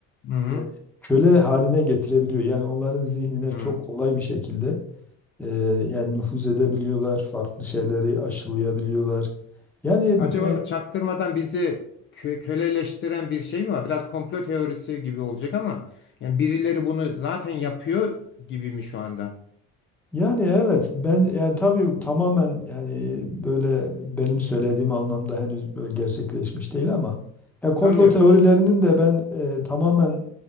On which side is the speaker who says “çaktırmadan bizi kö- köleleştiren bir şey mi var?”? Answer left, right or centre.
Left